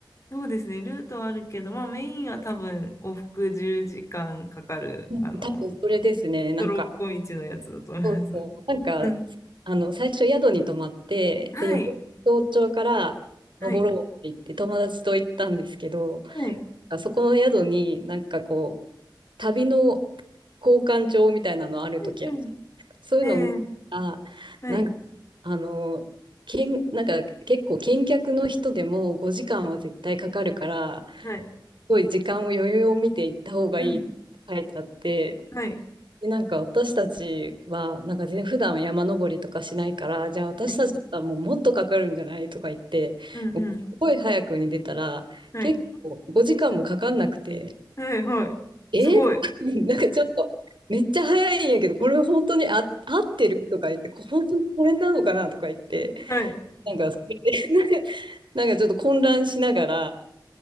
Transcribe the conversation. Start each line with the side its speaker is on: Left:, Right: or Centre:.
Left: そうですね、ルートはあるけど、まあメインは多分往復10時間かんかかる、
Right: うん多分それですね。
Left: あの、
Right: なんか
Left: トロッコ道のやつだと思います。
Right: そうそうなんか、
Left: うん。
Right: あの、最初宿に泊まって、
Left: はい、
Right: で、横町町から登ろうって言って友達と行ったんですけど、
Left: はい、はい。
Right: そこの宿になんかこう、旅の交換帳みたいなのある時あるじゃないですか。
Left: うんうん。
Right: そういうのを見たら、
Left: ええ、はい、
Right: なんか、あの、けん、なんか結構見客の人でも5時間は絶対かかるから、
Left: はい、
Right: すごい時間を余裕を見て行った方がいいって書いてあって、
Left: うん、はい、
Right: で、なんか私たちは、なんか全普段山登りとかしないから、じゃあ私たちだったらもうもっとかかるんじゃないとか言って、
Left: はい、うんうん、
Right: もうすごい早くに出たら、
Left: はい、
Right: 結構5時間もかかんなくて、
Left: はい、はい。
Right: えー
Left: すごい。
Right: <laughs> なんかちょっと、めっちゃ早いんやけど、これ本当にあ、合ってるとか言って、こ本当にこれなのかなとか言って、
Left: はい。
Right: なんかそれで、<laughs> なんかなんかちょっと混乱しながら